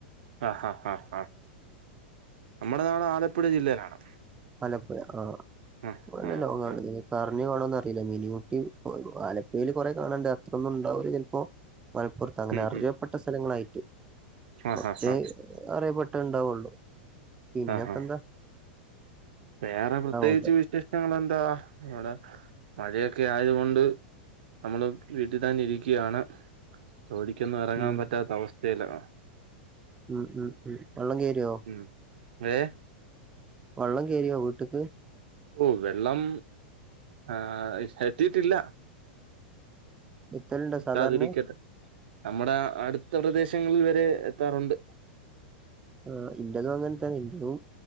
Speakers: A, on the right (about 70°); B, on the right (about 15°).
A: ആ ഹാ ഹാ ഹ നമ്മുടെ നാട് ആലപ്പുഴ ജില്ലയിലാണ്.
B: ആലപ്പുഴ ആ
A: ആ
B: നല്ല
A: ആ
B: ലോങ്ങാണ്.
A: ആ
B: കാണോന്ന് അറിയില്ല മീനി ഊട്ടി ആലപ്പുയിയില് കൊറെ കാണണ്ട്. അത്രൊന്നും ഉണ്ടാവില്ല ചിലപ്പോ. മലപ്പുറത്ത് അങ്ങനെ
A: ഉം
B: അറിയപ്പെട്ട
A: ഉം
B: സ്ഥലങ്ങളായിട്ട്
A: ആ
B: കുറച്ച്
A: ആ ആ
B: അറിയപ്പെട്ട ഉണ്ടാവുള്ളു പിന്നെപ്പ
A: ആ ആ
B: എന്താ.
A: വേറെ പ്രത്യേകിച്ച്
B: ഉണ്ട്
A: വിശേഷങ്ങെളെന്താ ഇവിടെ മഴയൊക്കെ ആയതുകൊണ്ട്. നമ്മള് വീട്ടിൽ തന്നെ ഇരിക്കുകയാണ്. ജോലിക്കൊന്നും ഇറങ്ങാൻ
B: ഉം
A: പറ്റാത്ത അവസ്ഥയിലാ.
B: ഉം ഉം ഉം വെള്ളം കേരോ
A: ഉം ഏ
B: വള്ളം കോറിയോ വീട്ടക്ക്.
A: ഓ വെള്ളം ആ എത്തിട്ടില്ല.
B: എത്തലുണ്ടോ
A: എത്താതിരിക്കട്ടെ
B: സാധാരണ
A: നമ്മുടെ അടുത്ത പ്രദേശങ്ങളിൽ വരെ എത്താറുണ്ട്.
B: ആ ഇന്റതും അങ്ങനത്തന്നെ ഇന്റതും.